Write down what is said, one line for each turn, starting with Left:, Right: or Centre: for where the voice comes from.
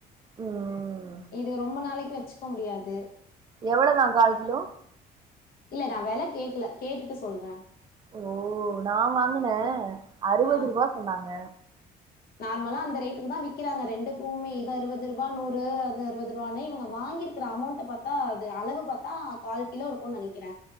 Right: ம்
Left: இது ரொம்ப நாளைக்கு வச்சுக்க முடியாது
Right: எவ்ளோ வா கால் கிலோ
Left: இல்ல நா வெல கேக்கல கேட்டுட்டு சொல்ற
Right: ஓ நா வாங்குன அறுவதுருபா
Left: ஆ
Right: சொன்னாங்க
Left: நார்மலா அந்த ரேட்டுக்கு தா விக்கிறாங்க ரெண்டு பூமே இது அறுபதுருபா நூறு அது அறுபதுருபானு இவங்க வாங்கிரு இரு அமௌண்ட்ட பாத்தா இது அளவு பாத்தா கால் கிலோ இருக்குன் நெனைக்கிற